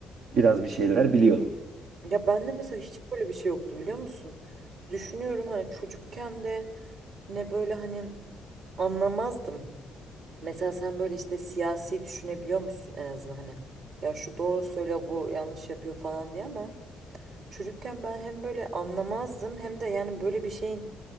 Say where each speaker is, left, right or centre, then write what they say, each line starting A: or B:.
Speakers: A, on the right; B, on the right.
A: biraz bir şeyler biliyordum.
B: Ya bende mesela hiç böyle bir şey yoktu biliyor musun? Düşünüyorum hani çocukken de ne böyle hani anlamazdım. Mesela sen böyle işte siyasi düşünebiliyor musun en azından hani ya şu doğru söylüyor bu yanlış yapıyor falan diye ama çocukken ben hem böyle anlamazdım hem de yani böyle bir şeyin